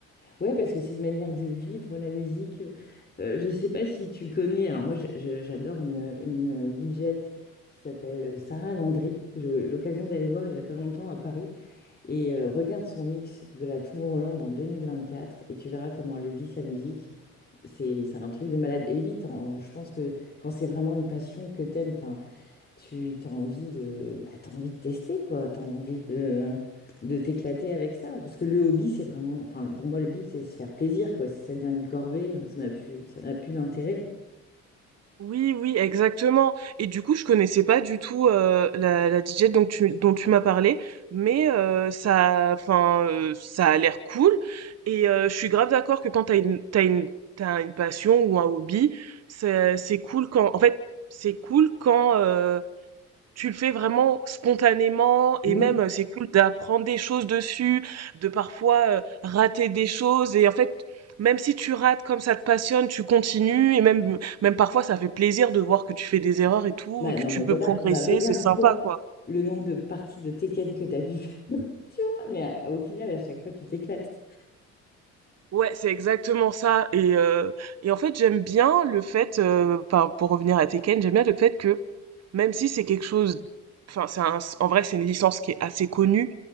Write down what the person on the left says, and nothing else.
Ouais, parce que c'est une manière de vivre la musique. Euh, je sais pas si tu connais. Alors, moi, je- je- j'adore une, une DJ qui s'appelle Sarah Landry. J'ai eu l'occasion d'aller voir il y a pas longtemps à Paris. Et euh, regarde son mix de la Tomorrowland en 2024 et tu verras comment elle vit sa musique. C'est c'est un truc de malade. Et oui, t'en- je pense que quand c'est vraiment une passion que t'aimes, enfin, tu as envie de, bah, t'as envie de tester, quoi. T'as envie de, de t'éclater avec ça. Parce que le hobby, c'est vraiment, enfin, pour moi, le but, c'est se faire plaisir, quoi. Si ça devient une corvée, hein, ça n'a plus, ça n'a plus d'intérêt.
Oui.
Bah,
non,
mais voilà,
bah, regarde-toi
le nombre de parties de Tekken que t'as dû faire. <laughs> Tu vois, mais euh, au final, à chaque fois, tu t'éclates.